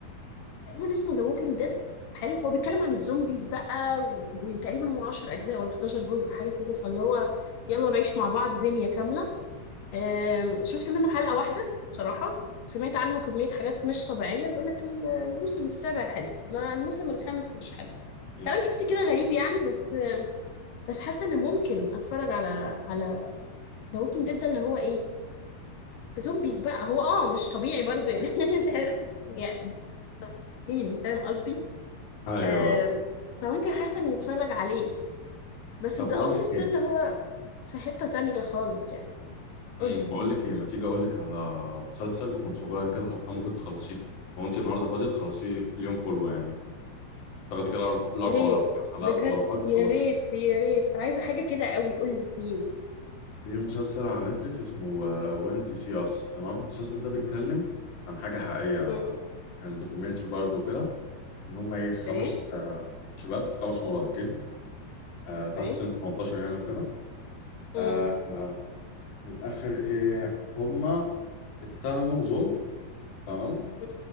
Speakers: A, on the left; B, on the left.
A: تقريبا اسمه ذا ووكينج ديد حلو هو بيتكلم عن الزومبيز بقى و- وتقريبا هو 10 اجزاء ولا 11 جزء حاجه كده فاللي هو يلا نعيش مع بعض دنيا كامله آم، شفت منه حلقة واحدة بصراحة سمعت عنه كمية حاجات مش طبيعية بيقول لك الموسم السابع حلو لا الموسم الخامس مش حلو
B: <laughs>
A: كلام كتير كده غريب يعني بس بس حاسة ان ممكن اتفرج على على ذا ووكينج ديد ده اللي هو ايه زومبيز بقى هو اه مش طبيعي برضو يعني <laughs> تحس يعني مين فاهم قصدي
B: ايوه
A: آم، فممكن حاسة اني اتفرج عليه بس
B: طب
A: ذا
B: بقول
A: اوفيس
B: لك ايه
A: ده اللي هو في حتة تانية خالص يعني قولي
B: امم بقول لك ايه ما تيجي اقول لك على مسلسل يكون صغير كده حرفيا ممكن تخلصيه لو انت النهارده فاضيه تخلصيه اليوم كله يعني تاخدي كده الأرب- الاربع
A: يا ريت
B: ولا خمس حلقات
A: بجد
B: ورا بعض تخلصيه
A: يا ريت يا ريت عايزة حاجة كده قوي قول لي بليز
B: في مسلسل على نتفليكس اسمه وينزي سي اس تمام المسلسل ده بيتكلم عن حاجه حقيقيه
A: مم.
B: كان دوكيومنتري برضه وكده ان هم ايه خمس
A: ايه
B: آه، شباب خمس مراهقين آه، تحت
A: ايه
B: سن 18 يعني وكده
A: مم.
B: آه، آه، من الاخر ايه هم اتهموا ظلم تمام
A: مم.